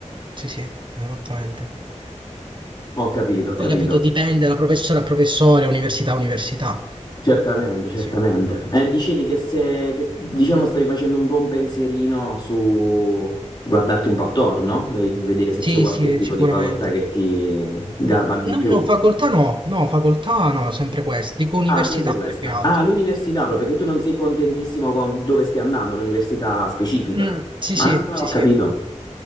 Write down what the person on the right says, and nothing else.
Sì, sì, esattamente.
Poi capito, dipende da professore a professore, università a università.
Così.
Sì,
sì,
sicuramente.
No,
no, facoltà no, no, facoltà no, sempre questo. Dico università
più che altro.
Mm, sì,
sì, sì,
sì.